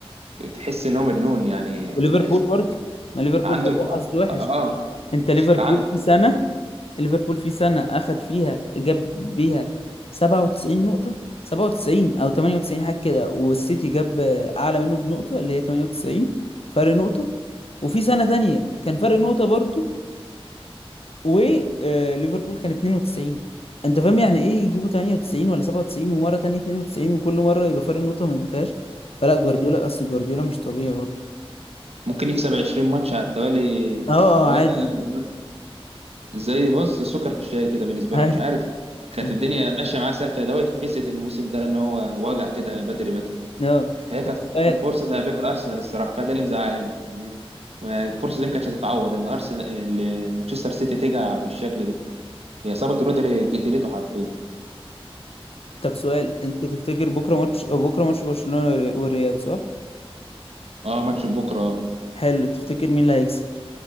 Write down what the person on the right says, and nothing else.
تحس إن هو مجنون يعني
عايش-
عنده
الكو...
آه
عنده
ممكن يكسب 20 ماتش على التوالي
ولا
زي بص السكر في الشاي كده بالنسبة
له مش عارف
كانت الدنيا ماشية معاه سالكة ده يتحسد الموسم ده إن هو وجع كده بدري بدري
فهي
كانت
كانت فرصة ذهبية لأرسنال الصراحة فده اللي مزعلاني يعني والفرصة دي ما كانتش هتتعوض إن أرسنال إن مانشستر سيتي تجع بالشكل ده هي إصابة رودري جتلته حرفيا
اه ماتش بكرة